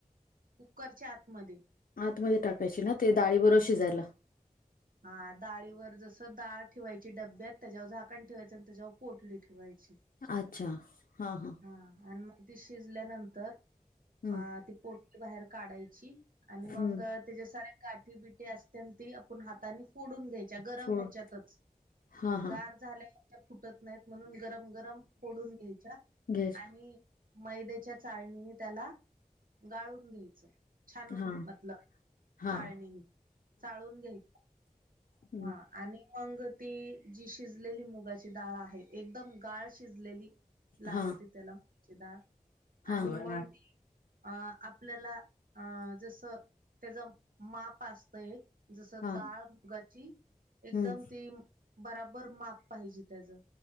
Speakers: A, on the right; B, on the left.
A: कुकरच्या आतमध्ये.
B: आतमध्ये टाकायची ना, ते डाळीबरोबर शिजायला.
A: हा डाळीवर, जसं डाळ ठेवायची डब्यात, त्याच्यावर झाकण ठेवायचं आणि त्याच्यावर पोटली ठेवायची.
B: अच्छा. हा, हा..
A: हा आणि मंग ती शिजल्यानंतर
B: हं
A: अ ती पोटली बाहेर काढायची आणि मंग
B: हं
A: तेजा साऱ्या गाठी -बिटी असत्यानं ती आपण हातानी फोडून घ्याय च्या गरम
B: फोड
A: ह्याच्यातच
B: हां हां
A: गार झाल्या की, त्या फुटत नाहीत म्हणून गरम -गरम फोडून घ्यायच्या
B: घ्यायच्या
A: आणि मैद्याच्या चाळणीने त्याला गाळून घ्यायचं. छानून
B: हां
A: म्हटलं
B: हां
A: चाळणीने चाळून घ्याय
B: हं
A: हा आणि मंग ती जी शिजलेली मुगाची डाळ आहे, एकदम गाळ शिजलेली लागती
B: हां
A: त्याला मुगाची डाळ
B: हां
A: आणि मंग
B: हां
A: ती अ आपल्याला अ जसं त्याच माप असतं एक तर
B: हं
A: डाळ मुगाची एकदम
B: हं
A: ती बराबर माप पाहिजे त्यांचं